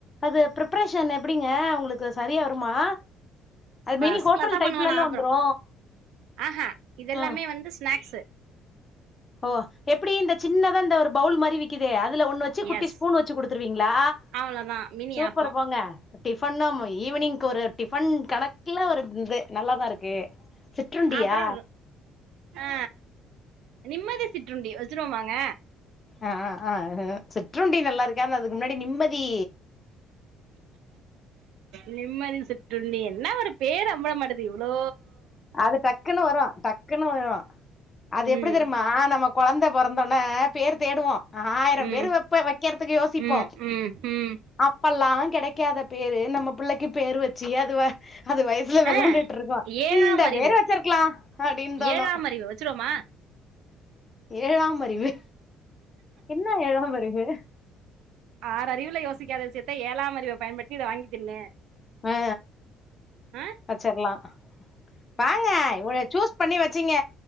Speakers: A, on the left; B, on the right.
A: அது ப்ரிப்பரேஷன் எப்படிங்க உங்களுக்கு சரியா வருமா அது
B: ஃபஸ்ட்
A: மினி ஹோட்டல்
B: கிளாஸா
A: டைப்லல்லா
B: பண்ணுவே நா ஆப்பறோ
A: வந்துரு
B: ஆஹா இதெல்லாமே
A: அ
B: வந்து ஸ்நேக்ஸு
A: ஓ எப்பிடி இந்த சின்னதா இந்த ஒரு பவுல் மாரி விக்குதே அதுல ஒண்ணு வச் சு குட்டி
B: எஸ்
A: ஸ்பூன் வச்சு குடுத்துருவீங்களா
B: அவ்ளோதா மினி
A: சூப்பர்
B: ஆப்போ
A: போங்க டிஃபன்னாம் ஈவினிங்க்கு ஒரு டிஃபன் கணக்குல ஒரு இது நல்லாதா இருக்கு சிற்றுண்டியா
B: அப்புறோ ஆ நிம்மதி சிற்றுண்டி வச்சிருவோமாங்க
A: ஆ ஆ ஆ சிற்றுண்டி நல்லா இருக்கு ஆனா அதுக்கு முன்னாடி நிம்மதி
B: நிம்மதி சிற்றுண்டி என்ன ஒரு பேரு அம்பள மாட்டுது இவ்வளோ
A: அது டக்குன்னு வரு டக்குன்னு வரு அது எப்படி
B: ம்
A: தெரியுமா நம்ம கொழந்த பிறந்தோனே பேர் தேடுவோ ஆயிரம்
B: ம்
A: பேர் வப்போ வெக்கறத்துக்கு யோசிப்போ
B: ம் ம் ம்
A: அப்பல்லா கெடைக்காத பேரு நம்ம புள்ளைக்கு பேரு வச்சு அது வே அது வயசுல வெளாண்டுட்டு
B: ஆ
A: ட்ருக்கு
B: ஏழாம்
A: இந்த
B: அறிவு
A: பேரு வெச்சிருக்கலா அப்டின்னு தோணு
B: ஏழாம் அறிவு வச்சிருவோமா
A: ஏழாம் அறிவு என்ன ஏழாம் அறிவு
B: ஆறு அறிவுல யோசிக்காத விசியத்த ஏழாம் அறிவ பயன்படுத்தி இத வாங்கி தின்னு
A: ஆ
B: ஆ
A: வெச்சிருலா வாங்க இவ்ள சூஸ் பண்ணி வச்சீங்க